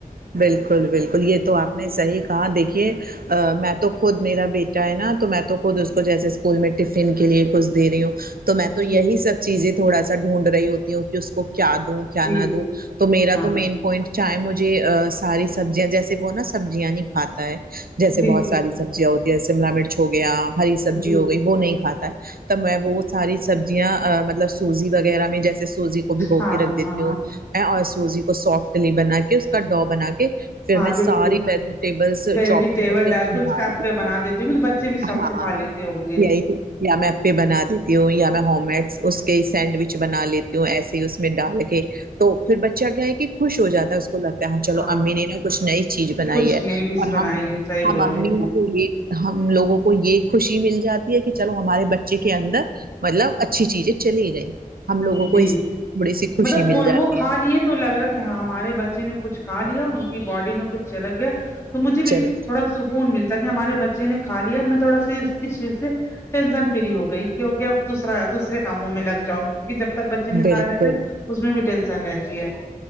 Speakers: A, on the right (about 80°); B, on the left (about 15°).
A: بالکل بالکل یہ
B: جی
A: تو آپ نے صحیح کہا دیکھیے ا میں تو خود میرا بیٹا ہے نا تو میں تو خود اس کو جیسے اسکول میں ٹفن کے لیے کچھ دے رہی ہوں تو میں تو
B: جی
A: یہی
B: جی
A: سب چیزیں تھوڑا سا ڈھونڈ رہی ہوتی ہوں کہ اس کو کیا دوں کیا
B: جی
A: نہ
B: جی
A: دوں
B: جی
A: تو میرا
B: ہاں
A: تو مین پوائنٹ چایے مجھے ساری سبزیاں جیسے وہ نا سبزیاں نہیں کھاتا ہے جیسے
B: جی
A: بہت
B: جی
A: ساری سبزیاں ہوتی ہے شملا مرچ ہو گیا ہری سبزی
B: جی
A: ہو گئی وہ نہیں کھاتا ہے تب میں وہ
B: جی
A: ساری سبزیاں مطلب سوزی وغیرہ میں جیسے سوزی کو بھگو
B: ہاں
A: کے رکھ
B: ہاں
A: دیتی
B: ہاں
A: ہوں
B: ہاں
A: ا اور سوزی کو سافٹلی بنا کے اس کا
B: ہاں
A: ڈا بنا کے پھر
B: ہاں
A: میں
B: بالکل
A: ساری ویجیٹیبلس
B: ویجیٹیبل
A: چوپنگ کرکے
B: ڈال
A: اس
B: کے
A: میں ڈال
B: کا آپ پہ بنا دیتی ہوں گی تو بچے بھی شوق
A: ہاں
B: سے کھا لیتے ہوں گے
A: یہی تویا میں
B: جی
A: اب کے
B: جی
A: بنا دوں تی ہوں یا میں ہومڈس اس کے سینڈوچ بنا لیتی ہوں ایسے ہی اس میں ڈال کے تو پھر بچہ کیا ہے کہ خوش ہو جاتا ہے اس کو لگتا چلو
B: ہاں
A: امی نے نا کچھ نئی چیز بنائی
B: کچھ
A: ہے
B: نئی ڈش
A: اور
B: بنائی
A: ہم
B: ہے صحیح بول
A: ہم امیوں
B: رہی ہیں
A: کو تو یہ ہم لوگوں کو یہ خوشی مل جاتی ہے کہ چلو ہمارے بچے کے اندر مطلب اچھی چیزیں چلی گئیں ہم لوگوں کو
B: جی
A: اس تھوڑی سی خوشی
B: مطلب وہ
A: مل جاتی
B: وہ کھا
A: ہے
B: لیے تو لگا ہیں ہمارے بچے نے کچھا لیا ان کی باڈی میں کچھ چل گیا تو مجھے
A: چلو
B: بھی تھوڑا سکو کون ملتا کہ ہمارے بچے نے کھالیا اب میں تھوڑا سے اس چیز سے ٹینشن فری ہو گئی کیونکہ اب دوسرا دوسرے کاموں میں لگ جاؤنگی جب تک بچے
A: بالکل
B: نہیں کھائے رہتے اس میں بھی ٹینسن رہتی ہے